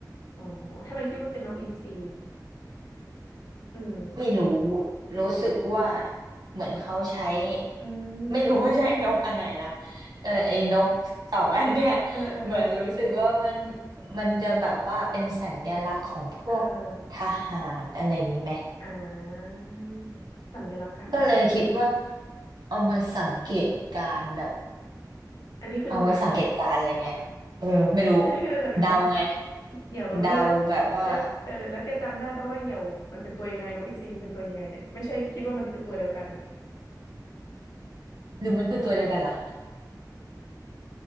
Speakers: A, on the left; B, on the right.
A: อ๋อทำไมคิดว่าเป็นนกอินทรีอืม
B: ไม่รู้รู้สึกว่าเหมือนเขาใช้
A: อื
B: ไม่รู้ว่าใช้นกอันไหนนะ
A: ม
B: แต่ไอ้นกสองอันเนี้ย
A: เออเออ
B: เหมือนรู้สึกว่ามันมันจะแบบว่าเป็นสัญลักษณ์ของพวกทหารอะไรอย่างนี้ไหม
A: เออเอออ่าสัญลักษณ์ทหารด้วยเหรอวะ
B: ก็เลยคิดว่าเอามาสังเกตการณ์แบบ
A: อันนี้คือดูหนังปะเนี่ย
B: เอาไว้สังเกตการณ์อะไรเงี้ยเออไม่รู้
A: อันนี้คือดูจากหนังวะเนี่ย
B: เดาไง
A: เหยี่ยวกับนกอินทรีแล้ว
B: เดาแบบว่า
A: แล้วเออแล้วแกจำได้ปะว่าเหยี่ยวมันเป็นตัวยังไงนกอินทรีมันเป็นตัวยังไงเนี่ยไม่ใช่คิดว่ามันคือตัวเดียวกันนะ
B: หรือมันคือตัวเดียวกันเหรอ